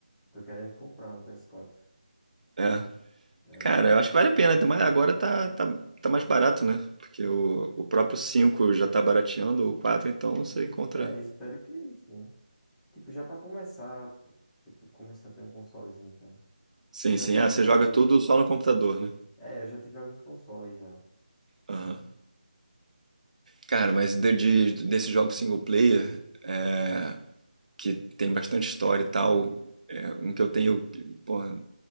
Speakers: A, in the centre; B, on the right.
A: Tô querendo comprar um ps quatro
B: É.
A: É.
B: Cara, eu acho que vale a pena, ainda mais agora tá, tá, tá mais barato, né? Porque o, o próprio 5 já tá barateando, o 4, então você encontra
A: É, espero que sim. né? Tipo, já pra começar, tipo, começar a ter um consolezinho, então.
B: Sim,
A: Que eu já
B: sim.
A: tive,
B: Ah, você
A: já
B: joga
A: tive,
B: tudo só no computador, né?
A: é, eu já tive alguns consoles já.
B: Aham. Cara, mas de, de- desse jogo single player, é, que tem bastante história e tal, é, um que eu tenho, que, porra,